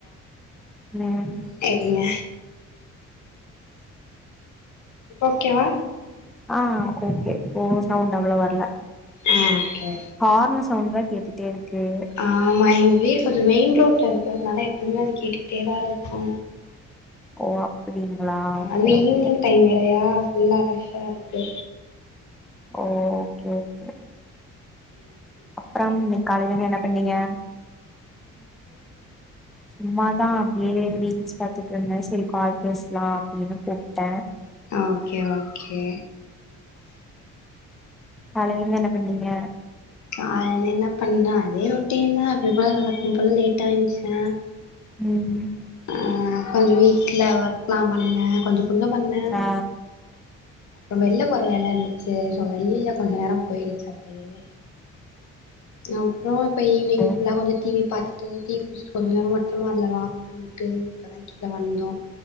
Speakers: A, in the centre; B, on the left.
A: ம்
B: செரிங்க இப்ப ஓகேவா
A: ஆ ஓகே ஓ சவுண்ட் அவ்ளோ வர்ல
B: ஆ ஓகே
A: ஹார்ன் சவுண்ட் தா கேட்டுட்டே இருக்கு
B: ஆமா எங்க வீடு கொஞ்சோ மெயின் ரோட்ல இருக்கிறதுனால எப்பயுமே அது கேட்டுக்கிட்டே தா இருக்கு
A: ஓ அப்டிங்ளா ஓகே
B: அதுவு
A: ஓகே
B: ஈவினிங் டைம் நெறையா ஃபுல்லா ரஷ்ஷா இருக்கு
A: ஓ ஓகே ஓகே
B: <inaudible>
A: அப்பறம் இன்னிக் காலையிலிருந்து என்ன பண்ணீங்க சும்மாதா அப்டியே ரீல்ஸ் பாத்துட்டு இருந்தே செரி கால் பேசலா அப்டின் கூப்டே
B: ஆ ஓகே ஓகே
A: காலையிலருந்து என்ன பண்ணீங்க
B: காலைலிந்து என்ன பண்ணே அதே ரொட்டின்னா அப்டி போல நடக்கு போல லேட்டா எந்துச்சே
A: ம் ம்
B: ஆ வீட்ல ஒர்க்லா பண்ணே கொஞ்சோ கொஞ்சோ பண்ணே
A: ஆ
B: அப்பறோ வெளில போற வேல இருந்துச்சு சோ வெளில கொஞ்சோ நேரோ போயிடுச்சு அப்டியே அப்பறோ இப்ப ஈவினிங்
A: ஓ
B: ஃபுல்லா கொஞ்சோ டி வி பாத்து விட்டு டீ குடிச்சுட்டு கொஞ்சோ நேரமா மொட்டமாடில வாக் பண்ணிட்டு இப்ப தா கீழ வந்தோ